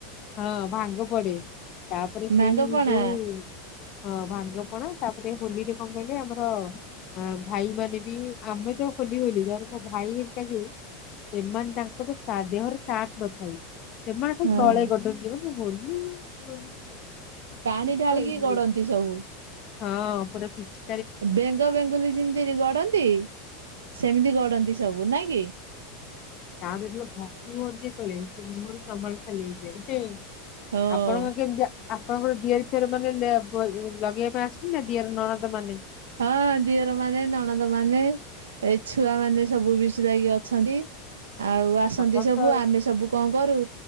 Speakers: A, on the left (about 50°); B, on the right (about 85°).
A: ହଁ ଭାଙ୍ଗ ପଡେ ତାପରେ ସେଇ
B: ଭାଙ୍ଗ ପଣା
A: ଯୋଉ ହଁ ଭାଙ୍ଗପଣା ତାପରେ ହୋଲିରେ କଣ କହିଲେ ଆମର। ଆ ଭାଇ ମାନେ ବି ଆମେ ତ ହୋଲି ହୋଲି ତାପରେ ମୋ ଭାଇ ହେରିକା ଯୋଉ। ସେମାନେ ତାଙ୍କର ଦେହରେ ସାଟ୍ ନଥାଏ। ସେମାନେ ଖାଲି
B: ହଁ।
A: ତଳେ ଗଡୁଥିବେ ହୋଲି ମୁଁ ହୋଲି। <unintelligible>
B: ପାଣି ଢାଳିକି
A: ହେଇଯିବେ।
B: ଗଡ଼ନ୍ତି ସବୁ।
A: ହଁ ପୁରା ପିଛି
B: ବେଙ୍ଗ ବେଙ୍ଗୁଲି ଯେମିତି ଗଡନ୍ତି ସେମିତି ଗଡନ୍ତି ସବୁ ନାଇଁ କି।
A: ତା ପରେ ଯେତେବେଳେ ଘଷି ହୁଅନ୍ତି ଜେତେଲେ ସେ ମୁହଁ ରୁ ଚମଡ଼ା ଛାଲି ହେଇଯାଏ।
B: ହଁ।
A: ଆପଣଙ୍କର କେମିତିଆ? ଆପଣଙ୍କର ଦିଅର ଫିଅର ମାନେ ଲେ ବ ଲଗେଇବା ପାଇଁ ଆସନ୍ତି ନା ଦିଅର ନଣଦ ମାନେ?
B: ହଁ ଦିଅର ମାନେ ନଣନ୍ଦ ମାନେ ଏ ଛୁଆ ମାନେ ସବୁ <unintelligible> ଅଛନ୍ତି। ଆଉ ଆସନ୍ତି
A: ଆପଣ
B: ସବୁ
A: ତ
B: ଆମେ ସବୁ କଣ କରୁ